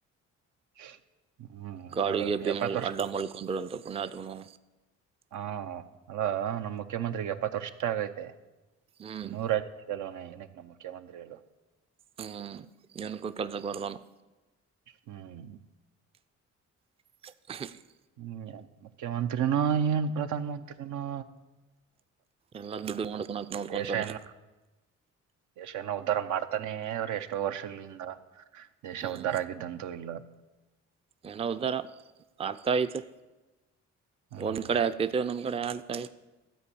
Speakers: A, on the right; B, on the right.
A: <inaudible>
B: ಗಾಡಿಗೆ
A: ನೋಡು
B: ಬಿಲ್
A: ಎಪ್ಪತ್ತು ವರ್ಷ
B: ಅಡ್ಡ ಮಾಡಕೊಂಡರು ಅಂತ ಪುಣ್ಯಾತ್ನು.
A: ಹಾ ಅಲ್ಲಾ ನಮ್ಮ್ ಮುಖ್ಯಮಂತ್ರಿರಿಗೆ ಎಪ್ಪತ್ ವರ್ಷ ಆಗೈತೆ.
B: ಹ್ಮ್
A: ನೂರಾ <unintelligible> ಇನ್ಯಾಕೆ ನಮ್ಮ್ ಮುಖ್ಯಮಂತ್ರಿ ಹೇಳು
B: ಹ್ಮ್ ಏನುಕ್ಕು ಕೆಲ್ಸಕ್ಕೆ ಬಾರದವನು.
A: ಹ್ಮ್.
B: <unintelligible>
A: ಹ್ಮ್ ಮುಖ್ಯಮಂತ್ರಿನ ಏನ್ ಪ್ರಧಾನ ಮಂತ್ರಿನೋ
B: ಎಲ್ಲಾ ದುಡ್ಡು ಮಾಡಕೋ ನೋಡ್ಕೊಂತರ್.
A: ದೇಶ ಏನ ದೇಶ ಏನೋ ಉದ್ಧಾರ ಮಾಡ್ತಾನೆ ಅವ್ರ ಎಷ್ಟೋ ವರ್ಷಗಳಿಂದ ದೇಶ
B: ಹ್ಮ್
A: ಉದ್ಧಾರ ಆಗಿದ್ದಂತೂ ಇಲ್ಲ.
B: ಏನೋ ಉದಾರ ಆಗ್ತಾ ಅಯ್ತೆ
A: ಹ್ಮ್
B: ಒಂದ್ ಕಡೆ ಆಗ್ತೈತೆ ಒಂದೊಂದ್ ಕಡೆ ಆಗ್ತಾ.